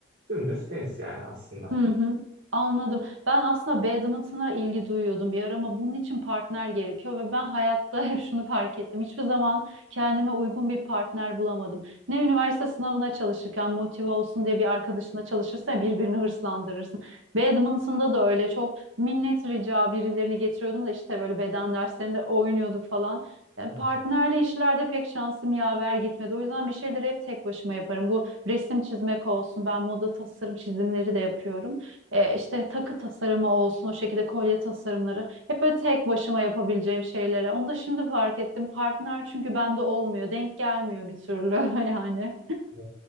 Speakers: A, on the right; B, on the right.
A: Dümdüz tenis yani aslında.
B: Hı hı, anladım. Ben aslında badminton'a ilgi duyuyordum bir ara ama bunun için partner gerekiyor ve ben hayatta <laughs> hep şunu fark ettim. Hiçbir zaman kendime uygun bir partner bulamadım. Ne üniversite sınavına çalışırken motive olsun diye bir arkadaşına çalışırsa birbirini hırslandırırsın. Badminton'da da öyle çok minnet rica birilerini getiriyordum da işte böyle beden derslerinde oynuyorduk falan. E,
A: Hmm.
B: Partnerle işlerde pek şansım yaver gitmedi. O yüzden bir şeyleri hep tek başıma yaparım. Bu resim çizmek olsun. Ben moda tasarım çizimleri de yapıyorum. E, işte takı tasarımı olsun, o şekilde kolye tasarımları. Hep böyle tek başıma yapabileceğim şeylere. Onu da şimdi fark ettim. Partner çünkü bende olmuyor. Denk gelmiyor bir türlü <laughs> yani.
A: Ee,